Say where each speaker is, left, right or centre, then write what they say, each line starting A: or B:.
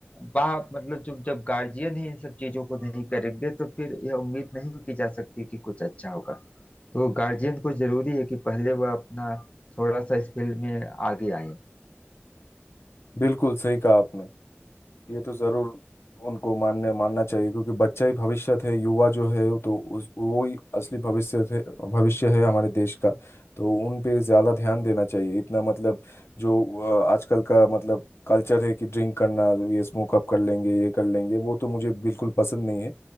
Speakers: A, on the left (about 30°); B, on the left (about 75°).
A: बाप मतलब जो जब गार्जियन ही इन सब चीजों को नहीं करेंगे तो फिर यह उम्मीद नहीं की जा सकती कि कुछ अच्छा होगा तो गार्जियन को जरूरी है कि पहले वह अपना थोड़ा सा इस फील्ड में आगे आए
B: बिल्कुल सही कहा आपने ये तो जरूर उनको मानने मानना चाहिए क्योंकि बच्चा ही भविष्य है युवा जो है तो उस वो ही असली भविष्य थे भविष्य है हमारे देश का तो उन पे ज्यादा ध्यान देना चाहिए इतना मतलब जो अ, आजकल का मतलब कल्चर है कि ड्रिंक करना ये स्मोक अप कर लेंगे ये कर लेंगे वो तो मुझे बिल्कुल पसंद नहीं है